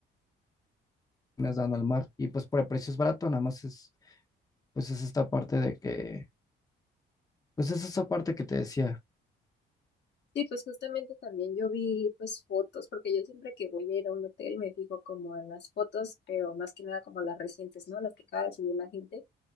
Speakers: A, on the left; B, on the left.
A: dan al mar. Y pues por el precio es barato, nada más es, pues es esta parte de que, pues es esa parte que te decía.
B: Sí, pues justamente también yo vi pues fotos, porque yo siempre que voy a ir a un hotel me fijo como en las fotos, pero más que nada como las recientes, ¿no? Las que acaba de subir la gente,